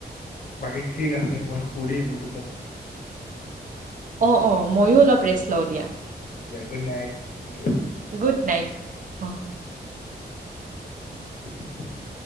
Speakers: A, on the left; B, on the right.
A: বাকী ঠিক আছে মই তোক সুধিম -
B: অ অ ময়ো অলপ ৰেষ্ট লও দিয়া।
A: য়া good night, thank you.
B: Good night O.
A: <inaudible>